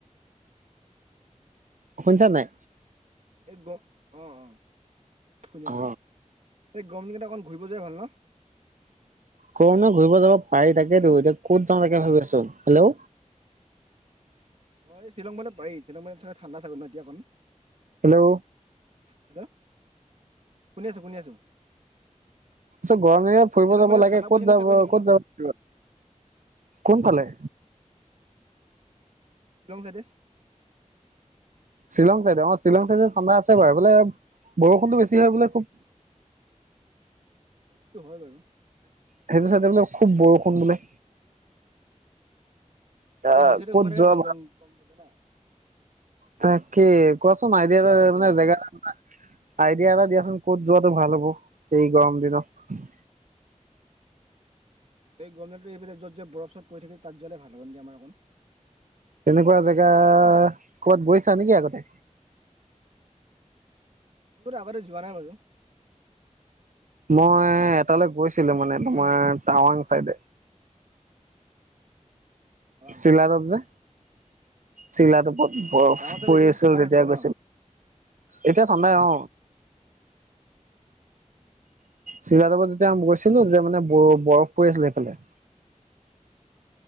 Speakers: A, on the right; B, on the right.
A: শুনিছা নাই?
B: এ গ অ অ শুনি আছোঁ।
A: অ
B: এই গৰম দিনকেইটা অকণ ঘূৰিব যোৱাই ভাল ন।
A: গৰম দিনত ঘূৰিব যাব পাৰি তাকেতো
B: হেল্ল'
A: এতিয়া ক'ত যাওঁ তাকে ভাবিছো। হেল্ল'
B: অ এই চিলঙলে পাৰি শ্বিলং মানত চাগৈ ঠাণ্ডা চাগৈ ন এতিয়া অকণ।
A: হেল্ল'
B: হেল্ল' শুনি আছো শুনি আছো।
A: চ গৰম দিনত ফুৰিব
B: শ্বিলং
A: যাব
B: মানে
A: লাগে
B: ঠাণ্ডা পৰিছে
A: ক'ত
B: নে
A: যাব
B: চাগৈ শ্বিলং
A: ক'ত যাব লাগিব। কোন ফালে
B: শ্বিলং চাইডে
A: শ্বিলং চাইডে অ শ্বিলং চাইডে ঠান্ডা আছে
B: হেল্ল'
A: বাৰু বোলে বৰষুণটো বেছি হয় বোলে খুব।
B: সেইটো হয় বাৰু।
A: সেইটো চাইডে বোলে খুব বৰষুণ বোলে। আহ
B: এ সেইটো চাইডে
A: ক'ত
B: সোমাইে
A: যোৱা
B: ভাল গম গম পাইছে না
A: তাকে কোৱাচোন
B: চবফালে
A: আইডিয়া এটা
B: আপদ আছে
A: মানে
B: কিন্তু
A: জেগা
B: অলপ
A: আইডিয়া এটা দিয়াচোন। ক'ত যোৱাটো ভাল হ'ব এই গৰম দিনত।
B: এই গম এইব যত যে বৰফ চৰ পৰি থাকে তাত যালে ভাল হ'ব আমাৰ অকণ,
A: তেনেকুৱা জেগা
B: হয়নে
A: ক'বাত গৈছা নেকি আগতে।
B: একতো আগতে যোৱা নাই বাৰু
A: মই
B: এনেকে
A: এটালৈ
B: ট্ৰিপত
A: গৈছিলো
B: এনেকে
A: মানে
B: কথা
A: তোমাৰ
B: হ'ল
A: টাৱাং চাইডে।
B: টাৱাং
A: চিলা দব যে, চিলাটো বৰফ
B: অ টাৱাঙত চাগৈ
A: পৰি
B: এতিয়া
A: আছিল
B: ঠাণ্ডাই হৈ
A: তেতিয়া
B: চাগৈ
A: গৈছিলো।
B: ন
A: এতিয়া ঠান্দাই অ,
B: <inaudible>
A: চিৰাডাবত যেতিয়া গৈছিলো যে মানে ব বৰফ পৰি আছিলে সেইফালে। উ